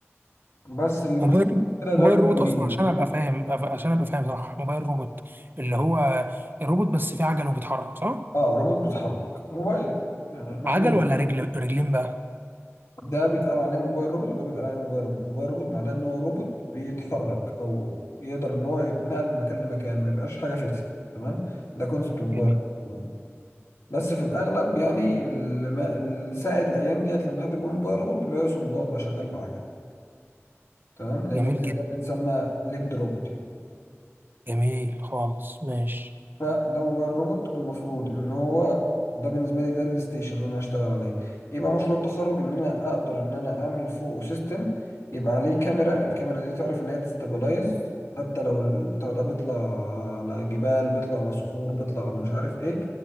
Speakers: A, on the left; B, on the right.
A: بس اللي
B: موبايل
A: مثلا كده ده
B: موبايل
A: بيبقى
B: روبوت
A: وين
B: اصلا عشان ابقى فاهم أف- عشان ابقى فاهم صح موبايل روبوت اللي هو الروبوت بس فيه عجل وبيتحرك صح
A: اه روبوت بيتحرك موبايل يعني محمول
B: عجل ولا رجل رجلين بقى
A: ده بيتقال عليه موبايل روبوت وده بيتقال عليه موبايل روبوت موبايل روبوت معناه ان هو روبوت بيتحرك او يقدر ان هو يتنقل من مكان لمكان ما يبقاش حاجه فيكسد تمام ده كونسبت موبايل
B: جميل
A: روبوت بس في الاغلب يعني الما- السائد الايام ديت لما حد بيقول موبايل روبوت بيقصد اللي هو بيبقى شغال بعجله تمام لان
B: جميل
A: التاني
B: جدا
A: ده بيتسمى ليجد روبوت يعني
B: جميل خالص ماشي
A: فده موبايل روبوت المفروض ان هو ده بالنسبه لي ده الستيشن اللي انا هشتغل عليه يبقى مشروع التخرج ان انا اقدر ان انا اعمل فوقه سيستم يبقى عليه كاميرا الكاميرا دي تعرف ان هي تستابلايز حتى لو البتاع ده بيطلع على جبال بيطلع على صخور بيطلع على مش عارف ايه